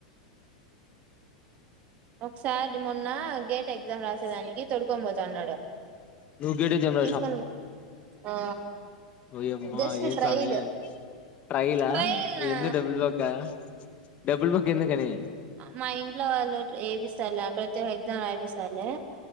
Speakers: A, on the right (about 40°); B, on the left (about 35°).
A: ఒకసారి మొన్న గేట్ ఎగ్జామ్ రాసేదానికి తొడుకొని పోతాన్నాడు
B: నువ్వు గేటే జంప్
A: తీసుకొని ఆ
B: ఒయ్యమ్మా
A: జస్ట్
B: ఏం
A: ట్రైల్
B: సామి ట్రైలా
A: ట్రైల్ నా
B: ఎందుక్ డబ్బుల్ బొక్కా డబ్బుకు బొక్క ఎందుకని
A: మా ఇంట్లో వాళ్ళు ఏపిస్తాలి ప్రతి ఎగ్జామ్ వేపిస్తాలే